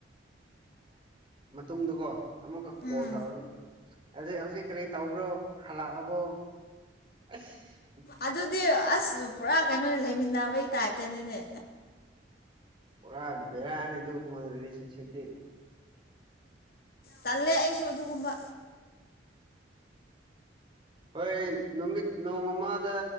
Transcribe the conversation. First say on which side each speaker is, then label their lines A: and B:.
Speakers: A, on the right; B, on the left.
A: ꯃꯇꯨꯡꯗꯨꯀꯣ ꯑꯃꯨꯛꯀ ꯀꯣꯜ
B: ꯎꯝ
A: ꯇꯧꯔꯅꯤ ꯑ ꯍꯧꯖꯤꯛ ꯀꯔꯤ ꯇꯧꯕ꯭ꯔꯣ ꯍꯜꯂꯛꯑꯕꯣ ꯑꯁ
B: ꯑꯗꯨꯗꯤ ꯑꯁ ꯄꯨꯔꯥ ꯀꯩꯅꯣꯅꯦ ꯂꯩꯃꯤꯟꯅꯕꯩ ꯇꯥꯏꯞꯇꯅꯅꯦ
A: ꯄꯨꯔ ꯕꯦꯔꯅꯦ ꯑꯗꯨ ꯔꯤꯂꯦꯁꯟꯁꯤꯞ ꯇꯨꯗꯤ
B: ꯇꯜꯂꯦ ꯑꯩꯁꯨ ꯑꯗꯨꯒꯨꯝꯕ
A: ꯍꯣꯏ ꯅꯨꯃꯤꯠ ꯅꯣꯡ ꯑꯃꯗ